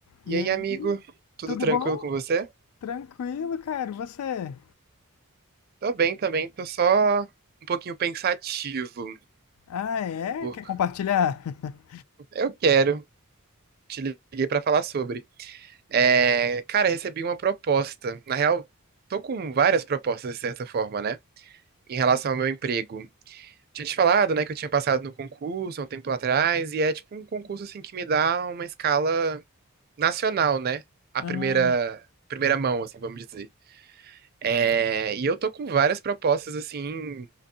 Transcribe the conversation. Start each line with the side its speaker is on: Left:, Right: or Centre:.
Right: E
Left: E
Right: aí,
Left: aí,
Right: amigo? Tudo
Left: tudo
Right: tranquilo
Left: bom?
Right: com você?
Left: Tranquilo, cara. E você?
Right: Tô bem também, tô só um pouquinho pensativo.
Left: Ah, é?
Right: por-
Left: Quer compartilhar? <laughs>
Right: Eu quero, te liguei pra falar sobre. É, cara, recebi uma proposta. Na real, tô com várias propostas de certa forma, né? Em relação ao meu emprego. Tinha te falado, né, que eu tinha passado no concurso há um tempo atrás, e é tipo um concurso assim que me dá uma escala nacional, né? A
Left: Ah,
Right: primeira, primeira mão, assim, vamos dizer. É, e eu tô com várias propostas assim